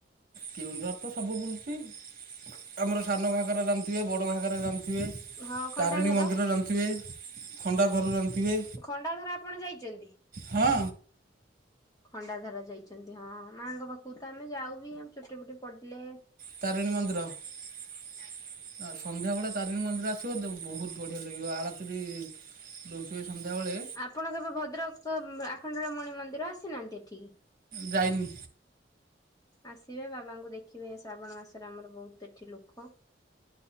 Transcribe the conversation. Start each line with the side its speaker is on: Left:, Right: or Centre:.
Right: କେଉଁଝର ତ ସବୁ ବୁଲିଚି ଆମର ସାନ ଘାଗେରା ଜାଣିଥିବେ ବଡ଼ ଘାଗେରା ଜାଣିଥିବେ?
Left: ହଁ ଖଣ୍ଡାଧାର
Right: ତାରିଣୀ ମନ୍ଦିର ଜାଣିଥିବେ? ଖଣ୍ଡାଧର ଜାଣିଥିବେ
Left: ଖଣ୍ଡାଧାର ଆପଣ ଯାଇଛନ୍ତି?
Right: ହଁ।
Left: ଖଣ୍ଡାଧର ଯାଇଛନ୍ତି ହଁ ମାଆଙ୍କ ପାଖକୁ ତ ଆମେ ଯାଉ ବି ଆ ଚୁଟି ଫୁଟି ପଡ଼ିଲେ।
Right: ତାରିଣୀ ମନ୍ଦିର। ଆ ସନ୍ଧ୍ୟାବେଳେ ତାରିଣୀ ମନ୍ଦିର ଆସିବ ବହୁତ ବଢ଼ିଆ ଲାଗିବ ଆଳତୀ ବି। ଦଉଥିବେ ସନ୍ଧ୍ୟାବେଳେ।
Left: ଆପଣ କେବେ ଭଦ୍ରକ୍ ଆଖଣ୍ଡଳ ମଣି ମନ୍ଦିର ଆସିନାହାନ୍ତି ଏଠିକି?
Right: ଯାଇନି।
Left: ଆସିବେ ବାବାଙ୍କୁ ଦେଖିବେ ଶ୍ରାବଣ ମାସରେ ଆମର ବହୁତ ଏଠି ଲୋକ।